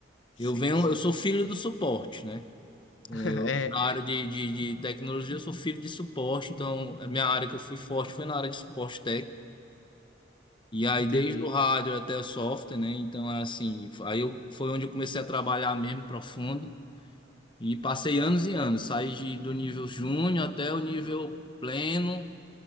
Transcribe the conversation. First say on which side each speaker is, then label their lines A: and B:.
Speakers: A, on the left; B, on the left.
A: Sim,
B: Eu venho,
A: sim.
B: eu sou filho do suporte, né? Eu,
A: <laughs> É,
B: na área de, de, de tecnologia, eu sou filho de suporte, então a minha área que eu fui forte foi na área de suporte técnico. E aí,
A: entendi.
B: desde o hardware até o software, né? Então, é assim, aí eu, foi onde eu comecei a trabalhar mesmo profundo. E passei anos e anos, saí de, do nível júnior até o nível pleno,